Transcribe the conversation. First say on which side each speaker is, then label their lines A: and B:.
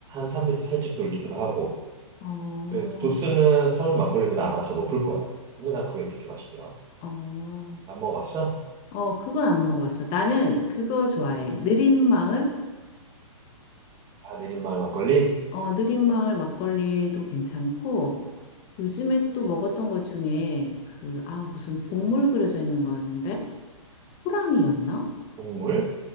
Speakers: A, on the right (about 20°); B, on the left (about 30°).
A: 산미도 살짝 돌기도 하고
B: 어,
A: 그 도수는 서울 막걸리보다 아마 더 높을 거야. 근데 난 그게 그렇게 맛있더라.
B: 어,
A: 안 먹어봤어?
B: 어, 그건 안 먹어봤어. 나는 그거 좋아해.
A: 음.
B: 느린마을?
A: 아, 내린마을 막걸리?
B: 어, 느린마을 막걸리도 괜찮고, 요즘에
A: 음,
B: 또 먹었던 것 중에 그, 아, 무슨 동물
A: 음.
B: 그려져 있는 거였는데? 호랑이였나?
A: 국물?